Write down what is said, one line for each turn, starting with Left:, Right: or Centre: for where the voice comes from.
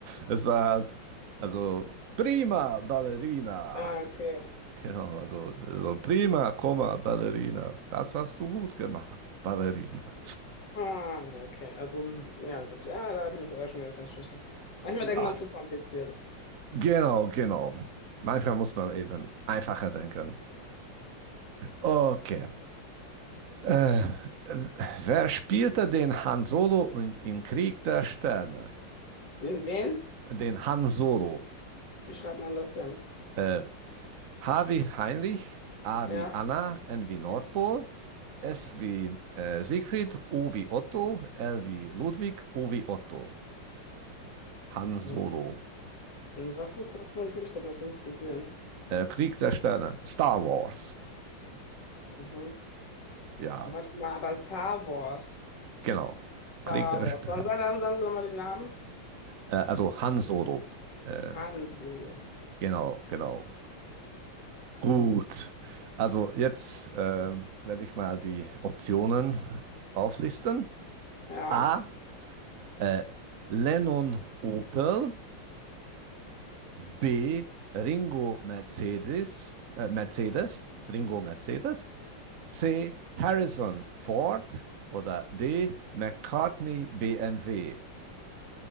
Right: Es war halt, also prima Ballerina.
Left: Ah, okay.
Right: Genau, also so prima, Komma, Ballerina. Das hast du gut gemacht, Ballerina.
Left: Ah, okay. Also, ja, gut. Ja, da habe ich das auch schon wieder festgestellt. Manchmal
Right: Ja,
Left: denkt man zu kompliziert.
Right: genau, genau. Manchmal muss man eben einfacher denken. Okay. Äh, wer spielte den Han Solo in, in Krieg der Sterne?
Left: Den wen?
Right: Den Han Solo.
Left: Wie schreibt man das denn?
Right: Äh, H wie Heinrich, A
Left: Ja,
Right: wie Anna, N wie Nordpol,
Left: ja.
Right: S wie äh, Siegfried, O wie Otto, L wie Ludwig, O wie Otto. Han Solo.
Left: Mhm. Und was ist das für ein Film? Ich glaube, das habe ich nicht gesehen.
Right: Äh, Krieg der Sterne. Star Wars.
Left: Mhm.
Right: Ja,
Left: Aber warte mal, aber Star Wars.
Right: genau.
Left: Star
Right: Krieg der
Left: Wars.
Right: Sterne.
Left: Sagen Sie, dann, sagen Sie nochmal den Namen.
Right: Äh, also Han Solo. Äh,
Left: Han Solo.
Right: genau, genau. Gut, also jetzt äh, werde ich mal die Optionen auflisten.
Left: Ja.
Right: A. Äh, Lennon Opel. B. Ringo Mercedes. Äh, Mercedes. Ringo Mercedes. C. Harrison Ford. Oder D. McCartney BMW.